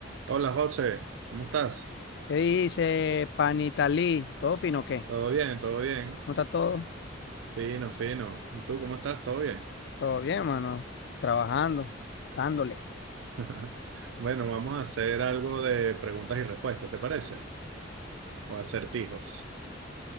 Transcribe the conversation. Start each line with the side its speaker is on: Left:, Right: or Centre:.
Right: Hola José, ¿cómo estás?
Left: ¿Qué dice Panitalí? ¿Todo fino o qué?
Right: ¿Todo bien? ¿Todo bien?
Left: ¿No está todo?
Right: Fino, fino. ¿Y tú cómo estás? ¿Todo bien?
Left: Todo bien, mano. Trabajando, dándole.
Right: <laughs> Bueno, vamos a hacer algo de preguntas y respuestas, ¿te parece? O acertijos. <laughs>